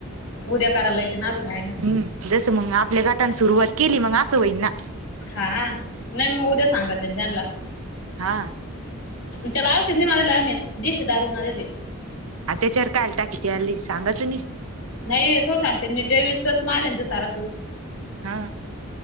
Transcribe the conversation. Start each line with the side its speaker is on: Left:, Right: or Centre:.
Left: उद्या करायलायच नाजू काय ना
Right: ह् जसं मग आपल्या गटाने सुरुवात केली मग असं होईन ना
Left: हा नाही मग उद्या सांगत ये त्यांना
Right: हा
Left: त्याला आवश नाही मझ आ दिश दारू मझली
Right: त्याच्याार कायल टा किती सगाचं
Left: नाही तो सांगते मी जैविकच मालेन त सारा खू
Right: हा